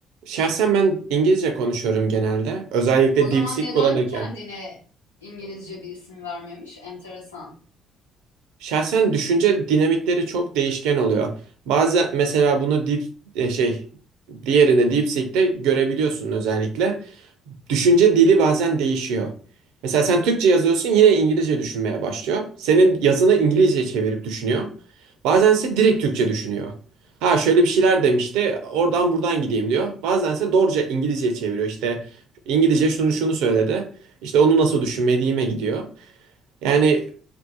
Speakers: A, on the right; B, on the left.
A: Şahsen ben İngilizce konuşuyorum genelde. Özellikle
B: O zaman
A: DeepSeek
B: neden
A: kullanırken.
B: kendine İngilizce bir isim vermemiş? Enteresan.
A: Şahsen düşünce dinamikleri çok değişken oluyor. Bazı mesela bunu deep e, şey diğerinde DeepSeek'te görebiliyorsun özellikle. Düşünce dili bazen değişiyor. Mesela sen Türkçe yazıyorsun yine İngilizce düşünmeye başlıyor. Senin yazını İngilizceye çevirip düşünüyor. Bazen ise direkt Türkçe düşünüyor. Ha şöyle bir şeyler demişti oradan buradan gideyim diyor. Bazen ise doğruca İngilizceye çeviriyor işte. İngilizce şunu şunu söyledi. İşte onu nasıl düşünmediğime gidiyor. Yani